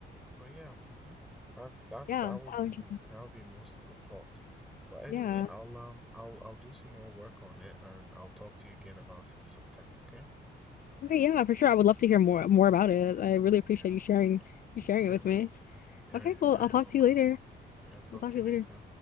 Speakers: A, in the centre; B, on the left.
A: But yeah, hmm And that's
B: Yeah,
A: that would
B: how
A: be
B: interesting.
A: that would be most of the plot. But anyway,
B: Yeah.
A: I'll um I'll I'll do some more work on it and I'll talk to you again about it sometime, okay?
B: Okay, yeah, for sure. I would love to hear more more about it. I really appreciate
A: Yeah,
B: you sharing you sharing
A: yeah,
B: it with me.
A: yeah,
B: Okay,
A: you're
B: cool.
A: very
B: I'll talk
A: welcome.
B: to you later.
A: Yeah, talk
B: I'll talk to
A: to
B: you
A: you
B: later.
A: later.